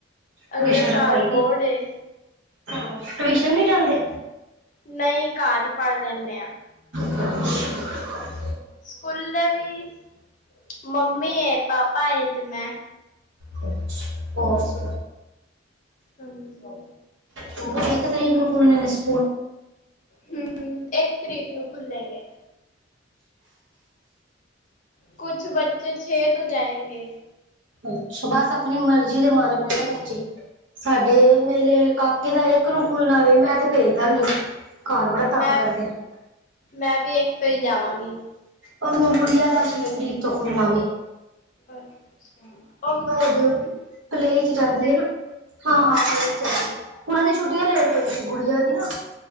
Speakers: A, on the left; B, on the right.
A: ਅਗਲੇ
B: ਟਊਸ਼ਨ
A: ਸਾਲ
B: ਰਖਵਾਈ ਦੀ,
A: ਬੋਰਡ ਏ।
B: ਟਵੀਸ਼ਨ ਨੀ ਜਾਂਦੇ?
A: ਨਹੀਂ ਘਰ ਹੀ ਪੜ੍ਹ ਲੈਨੇ ਆ।
B: ਹਮ।
A: ਸਕੂਲੇ ਵੀ ਮੰਮੀ ਹੈ ਪਾਪਾ ਤੇ ਮੈਂ।
B: ਹੋਰ ਸੁ
A: ਹਾਂਜੀ।
B: ਤੇ ਇੱਕ ਤਾਰੀਕ ਨੂੰ ਖੁੱਲਣੇ ਨੇ ਸ
A: ਹਮ ਇੱਕ ਤਰੀਕ ਨੂੰ ਖੁਲੇਗੇ। ਕੁਛ ਬੱਚੇ ਛੇ ਤੋਂ ਜਾਏਂਗੇ।
B: ਅੱਛਾ ਬਸ ਆਪਣੀ ਮਰਜ਼ੀ ਦੇ ਮਾਲਕ ਨੇ ਬੱਚੇ ਸਾਡੇ ਮੇਰੇ ਕਾ ਇਦਾ ਇੱਕ ਨੂੰ ਖੁੱਲਣਾ ਵੀ ਮੈਂ ਤੇ ਭੇਜ ਦਾਂਗੀ। ਘਰ ਬੜਾ ਤੰਗ
A: ਮੈਂ,
B: ਕਰਦੇ
A: ਮੈਂ ਵੀ ਇੱਕ ਤੋਂ ਹੀ ਜਾਵਾਂਗੀ।
B: ਉਹਨੂੰ ਗੁੜੀਆਂ ਦਾ ਛੇ ਤਰੀਕ ਤੋਂ ਖੁੱਲਣਾ ਵੀ।
A: ਅੱਛਾ ਉਹ।
B: ਜੋ ਪਲੇ ਚ ਜਾਂਦੀ ਹੈ ਨਾ ਹਾਂ-ਹਾਂ ਪਲੇ ਚ ਜਾਂਦੀ ਉਹਨਾਂ ਦੀ ਛੁੱਟੀਆਂ ਲੇਟ ਪਈ ਸੀ ਗੁੜੀਆਂ ਦੀ ਨਾ।